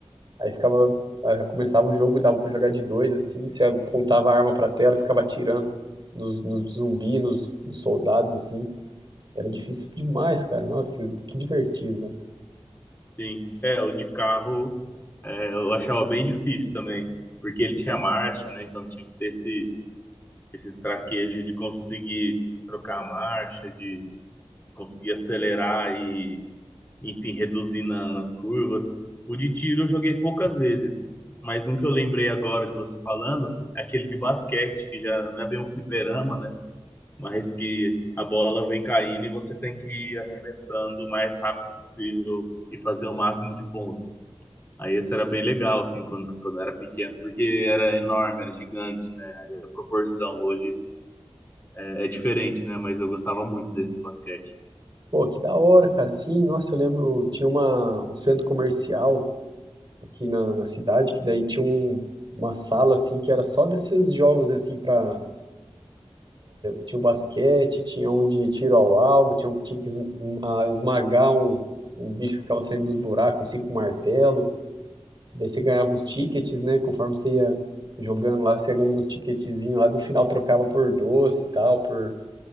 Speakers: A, on the right; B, on the left.
A: Aí ficava, aí começava o jogo, dava pra jogar de dois, assim, você apontava a arma pra tela e ficava atirando nos, nos zumbis, nos, nos soldados, assim. Era difícil demais, cara. Nossa, que divertido, velho.
B: Sim, é, o de carro é, eu achava bem difícil também, porque ele tinha marcha, né? Então tinha que ter esse, esse traquejo de conseguir trocar a marcha, de conseguir acelerar e enfim, reduzir na- nas curvas. O de tiro eu joguei poucas vezes, mas um que eu lembrei agora de você falando é aquele de basquete, que já não é bem um fliperama, né? Mas que a bola vem caindo e você tem que ir arremessando o mais rápido possível e fazer o máximo de pontos. Aí esse era bem legal, assim, quando, quando eu era pequeno, porque era enorme, era gigante, né? Aí a proporção hoje é, é diferente, né? Mas eu gostava muito desse de basquete.
A: Pô, que da hora, cara. Sim, nossa, eu lembro, eu tinha uma, um centro comercial aqui na, na cidade, que daí tinha um, uma sala, assim, que era só desses jogos, assim, pra... Tinha o basquete, tinha um de tiro ao alvo, tinha um que tinha que esm- um- a- esmagar um, um bicho que ficava saindo dos buracos, assim, com martelo. Daí você ganhava uns tickets, né, conforme você ia jogando lá, você ia ganhando uns ticketzinhos lá, do final trocava por doce e tal, por